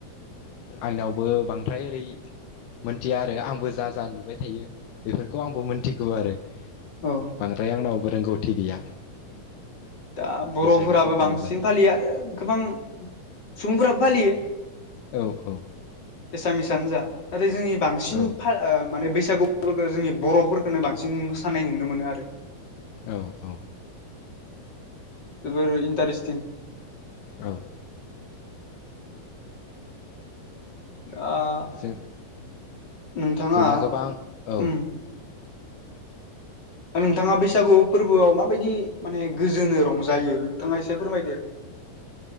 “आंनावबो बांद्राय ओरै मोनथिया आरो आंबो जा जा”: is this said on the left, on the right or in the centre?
Left